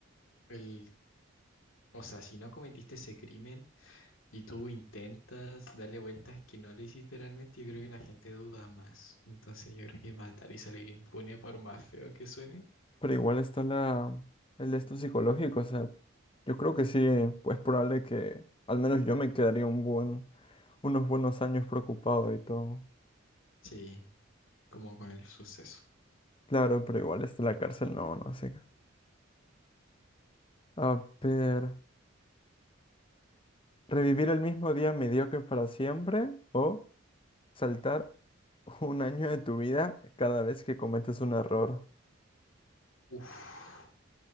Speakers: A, on the left; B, on the left.
A: el. O sea, si no cometiste ese crimen. y tú intentas darle vueltas que no lo hiciste realmente, yo creo que la gente duda más. Entonces yo creo que matar y salir impune, por más feo que suene,
B: Pero igual está la, el de esto psicológico, o sea, yo creo que sí, pues probable que al menos yo me quedaría un buen, unos buenos años preocupado y todo.
A: sí, como con el suceso.
B: Claro, pero igual está la cárcel, no, no sé. A ver, ¿revivir el mismo día mediocre para siempre o saltar un año de tu vida cada vez que cometes un error?
A: Uf,